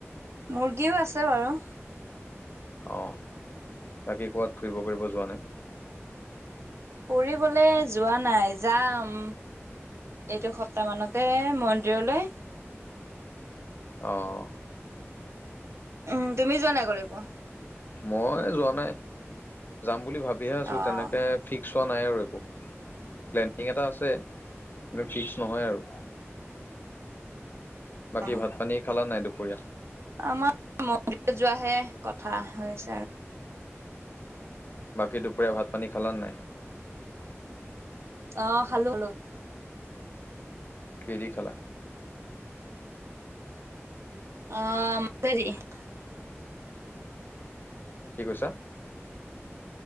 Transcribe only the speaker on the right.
মুৰ্গীও আছে বাৰু।
ফুৰিবলৈ যোৱা নাই, যাম এইটো সপ্তাহমানতে, মন্দিৰলৈ।
উম, তুমি যোৱা নাই কলেকো?।
অ'।
অ',
আমাৰ মন্দিৰত যোৱাহে কথা হৈ আছে আৰু।
অ খালো খালো।
<unintelligible>